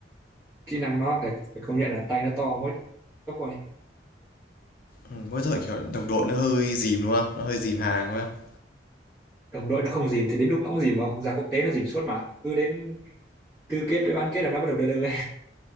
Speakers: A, on the right; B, on the left.
A: kỹ năng nó phải, phải công nhận là tay nó to mỗi tốc rồi
B: Ừ, mỗi tội kiểu đồng đội nó hơi dìm đúng không? Nó hơi dìm hàng đúng không?
A: đồng đội nó không dìm thì đến lúc nó cũng dìm không ra quốc tế nó dìm suốt mà cứ đến tứ kết với bán kết là nó bắt đầu đơ đơ <laughs> ấy